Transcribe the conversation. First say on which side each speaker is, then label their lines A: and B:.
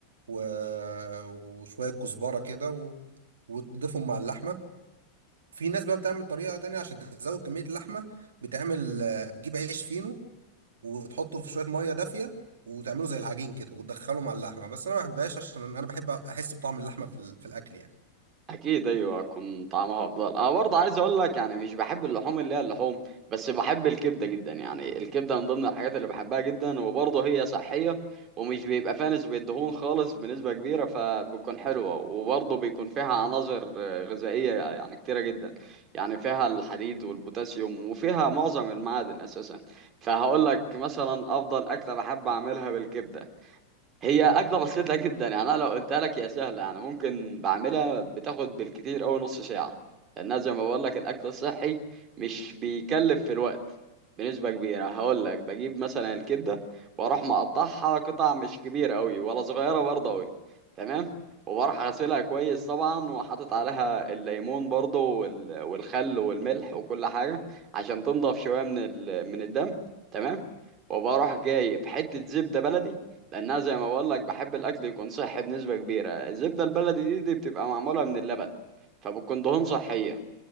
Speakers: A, on the right (about 65°); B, on the right (about 30°).
A: و... وشويه كزبره كده و... وتضيفهم مع اللحمه في ناس بقى بتعمل طريقة تانية عشان تزود كمية اللحمة بتعمل آه، بتجيب عيش فينو وتحطه في شوية مية دافية وتعمله زي العجين كده وتدخله مع اللحمة بس أنا ما بحبهاش عشان أنا بحب أحس بطعم اللحمة في, ال- في الأكل يعني
B: اكيد ايوه كان طعمها افضل انا برضه عايز اقول لك يعني مش بحب اللحوم اللي هي اللحوم بس بحب الكبده جدا يعني الكبده من ضمن الحاجات اللي بحبها جدا وبرضه هي صحيه ومش بيبقى فيها نسبه دهون خالص بنسبه كبيره فبتكون حلوه وبرضه بيكون فيها عناصر آه، غذائيه يعني كتيره جدا يعني فيها الحديد والبوتاسيوم وفيها معظم المعادن اساسا فهقول لك مثلا افضل اكله بحب اعملها بالكبده هي أكلة بسيطة جدا يعني أنا لو قلتها لك هي سهلة يعني ممكن بعملها بتاخد بالكتير أوي نص ساعة لأنها زي ما بقول لك الأكل الصحي مش بيكلف في الوقت بنسبة كبيرة هقول لك بجيب مثلا الكبدة وأروح مقطعها قطع مش كبيرة أوي ولا صغيرة برضه أوي تمام وبروح غسلها كويس طبعا وحاطط عليها الليمون برضه وال- والخل والملح وكل حاجة عشان تنضف شوية من ال... من الدم تمام وبروح جايب حتة زبدة بلدي لانها زي ما بقول لك بحب الاكل يكون صحي بنسبه كبيره الزبده البلدي دي, دي بتبقى معموله من اللبن فبتكون دهون صحيه